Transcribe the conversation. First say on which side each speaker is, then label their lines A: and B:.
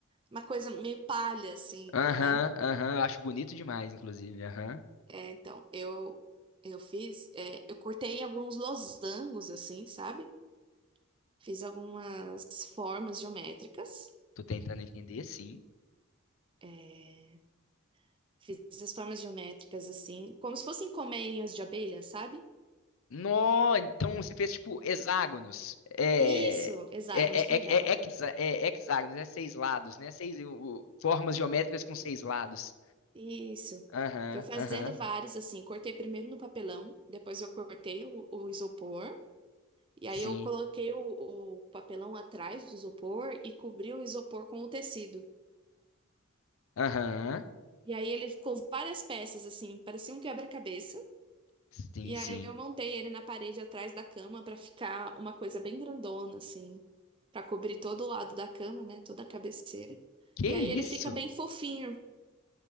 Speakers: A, on the right; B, on the left.
A: uma coisa meio palha, assim,
B: Aham,
A: né?
B: aham. Acho bonito demais, inclusive. Aham.
A: É, então, eu, eu fiz. é, eu cortei alguns losangos, assim, sabe? Fiz algumas formas geométricas.
B: Tô tentando entender, sim.
A: é, fiz as formas geométricas, assim, como se fossem colmeias de abelha, sabe?
B: Nó, então você fez tipo hexágonos. É.
A: Isso, hexágonos,
B: É,
A: perdão.
B: é, é, é hexa- é hexágonos, é seis lados, né? Seis o- o- formas geométricas com seis lados.
A: Isso.
B: Aham,
A: Fui fazendo
B: aham,
A: vários, assim. Cortei primeiro no papelão, depois eu cortei o, o isopor, e aí
B: sim.
A: eu coloquei o, o papelão atrás do isopor e cobri o isopor com o tecido.
B: Aham,
A: E aí ele ficou várias peças, assim, parecia um quebra-cabeça.
B: sim,
A: E
B: sim.
A: aí eu montei ele na parede atrás da cama para ficar uma coisa bem grandona, assim, para cobrir todo o lado da cama, né? Toda a cabeceira.
B: Que
A: E
B: isso?
A: aí ele fica bem fofinho.